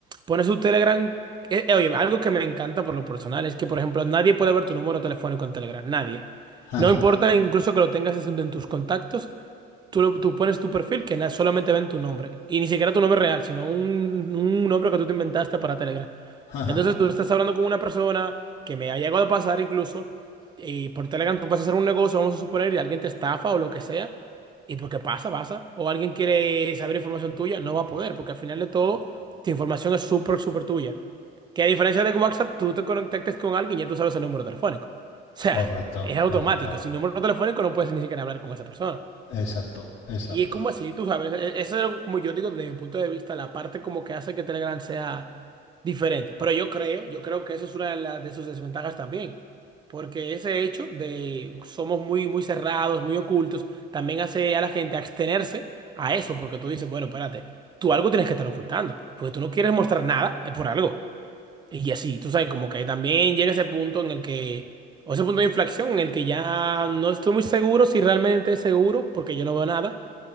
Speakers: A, on the right; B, on the left.
A: pones tu Telegram, eh, eh, oye, algo que me encanta por lo personal es que, por ejemplo, nadie puede ver tu número telefónico en Telegram, nadie.
B: Ajá,
A: No importa incluso que lo tengas en tus contactos, Tú, lo- tú pones tu perfil que na- solamente ven tu nombre. Y ni siquiera tu nombre real, sino un, un nombre que tú te inventaste para Telegram.
B: ajá.
A: Entonces tú estás hablando con una persona que me ha llegado a pasar incluso. Y por Telegram tú vas a hacer un negocio, vamos a suponer, y alguien te estafa o lo que sea. Y porque pasa, pasa. O alguien quiere saber información tuya, no va a poder, porque al final de todo, tu información es súper, súper tuya. Que a diferencia de WhatsApp, tú te conectas con alguien y ya tú sabes el número telefónico. O sea,
B: Correcto,
A: es automático.
B: correcto.
A: Sin número telefónico no puedes ni siquiera hablar con esa persona.
B: Exacto, exacto.
A: Y es como así, tú sabes, e- eso es como yo digo desde mi punto de vista, la parte como que hace que Telegram sea diferente. Pero yo creo, yo creo que eso es una de, las- de sus desventajas también. Porque ese hecho de somos muy, muy cerrados, muy ocultos, también hace a la gente abstenerse a eso, porque tú dices, bueno, espérate, tú algo tienes que estar ocultando, porque tú no quieres mostrar nada, es por algo. Y así, tú sabes, como que también llega ese punto en el que, o ese punto de inflexión en el que ya no estoy muy seguro si realmente es seguro, porque yo no veo nada